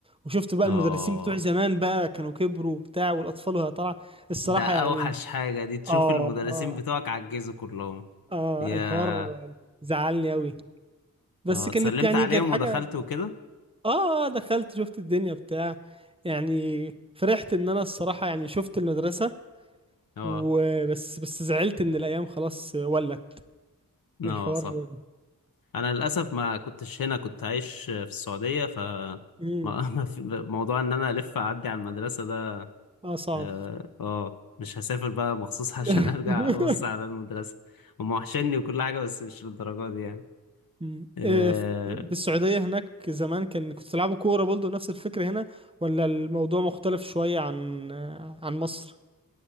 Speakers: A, on the right (about 15°); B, on the left (about 75°).
A: وشفت بقى
B: اه
A: المدرسين بتوع زمان بقى كانوا كبروا وبتاع والاطفال وهي طالعة الصراحة
B: ده اوحش
A: يعني
B: حاجة دي تشوف
A: اه
B: المدرسين
A: اه
B: بتوعك عجزوا كلهم
A: اه
B: يا
A: الحوار زعلني أوي بس
B: اه اتسلمت
A: كانت يعني
B: عليهم
A: كانت حاجة
B: ودخلت وكده
A: اه آه، دخلت شفت الدنيا بتاع يعني فرحت ان انا الصراحة يعني شفت المدرسة
B: اه
A: وبس بس زعلت ان الايام خلاص ولت
B: اه
A: الحوار
B: صح انا للاسف ما كنتش هنا كنت عايش في السعودية ف ما-
A: مم.
B: <laughs> ما في- موضوع ان انا الف اعدي على المدرسة ده
A: اه صعب
B: اه آه، مش هسافر بقى مخصوص <laughs> عشان
A: <laughs>
B: ارجع ابص على المدرسة هم وحشني وكل حاجة بس مش للدرجة دي يعني
A: مم.
B: آه
A: إيه، ف- في السعودية هناك زمان كان كنت تلعبوا كورة برضه نفس الفكرة هنا ولا الموضوع مختلف شوية عن عن مصر